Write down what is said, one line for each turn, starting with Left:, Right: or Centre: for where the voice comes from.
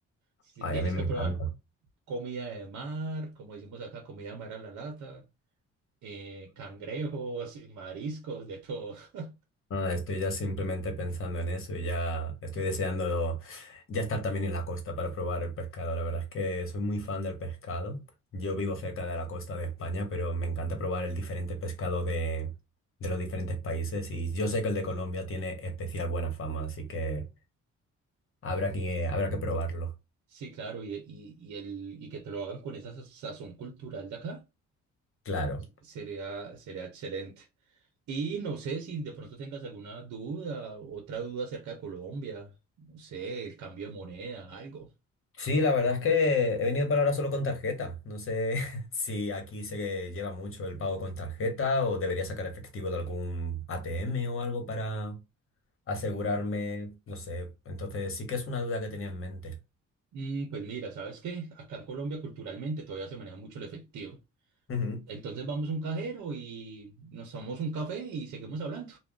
Right: Si
Left: Ay,
Right: tienes
Left: a mí me
Right: que
Left: encanta.
Right: probar comida de mar, como decimos acá, comida de mar a la lata, eh, cangrejos, mariscos, de todo. <laughs>
Left: Nada, estoy ya simplemente pensando en eso y ya estoy deseando ya estar también en la costa para probar el pescado. La verdad es que soy muy fan del pescado. Yo vivo cerca de la costa de España, pero me encanta probar el diferente pescado de, de los diferentes países y yo sé que el de Colombia tiene especial buena fama, así que habrá que, habrá que probarlo.
Right: Sí, claro, y, y, y el, y que te lo hagan con esa sa- sazón cultural de acá,
Left: Claro.
Right: sería, sería excelente. Y no sé si de pronto tengas alguna duda, otra duda acerca de Colombia, no sé, el cambio de moneda, algo.
Left: Sí, la verdad es que he venido para ahora solo con tarjeta. No sé <laughs> si aquí se lleva mucho el pago con tarjeta o debería sacar efectivo de algún ATM o algo para asegurarme, no sé. Entonces sí que es una duda que tenía en mente.
Right: Mm, pues mira, ¿sabes qué? Acá en Colombia culturalmente todavía se maneja mucho el efectivo.
Left: Ujú.
Right: Entonces vamos a un cajero y nos tomamos un café y seguimos hablando.